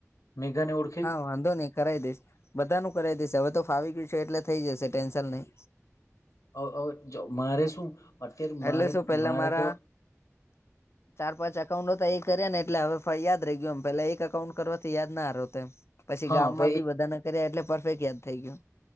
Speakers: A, on the left; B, on the left.
A: મેઘા ને ઓડ
B: હા વાંધો નહી કરાઈ દઈશ બધા નું કરાઈ દઈશ હવે તો ફાવી ગયું છે એટલે થઈ જશે ટેન્શન નહી
A: અ અ ચો મારે શું અત્યારે મારે
B: એટલે શું પેલા
A: મારે
B: મારા
A: તો
B: ચાર પાંચ એકાઉન્ટો તો એ કર્યા ને એટલે હવે યાદ રહી ગયું એમ પેલા એકકાઉન્ટ કરવાથી યાદ ના રહ્યો તે એમ પછી
A: હા
B: ગામમાં
A: હવે
B: બી બધા ના કર્યા એટલે પરફેક્ટ યાદ થઈ ગયું